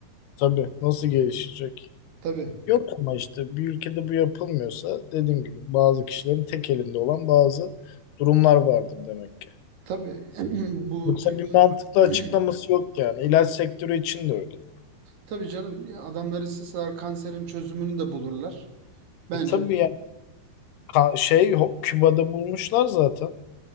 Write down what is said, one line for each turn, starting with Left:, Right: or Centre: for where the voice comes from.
Left: Tabii. Nasıl gelişecek?
Right: Tabii.
Left: Yok ama işte bir ülkede bu yapılmıyorsa dediğim gibi bazı kişilerin tek elinde olan bazı durumlar vardır demek ki.
Right: Tabii <clears throat> bu
Left: Yoksa
Right: dü-
Left: bir mantıklı
Right: <clears throat>
Left: açıklaması yok yani. İlaç sektörü için de öyle.
Right: Tabii canım ya adamlar isteseler kanserin çözümünü de bulurlar. Bence
Left: E tabii yani. Ka- şey ho- Küba'da bulmuşlar zaten.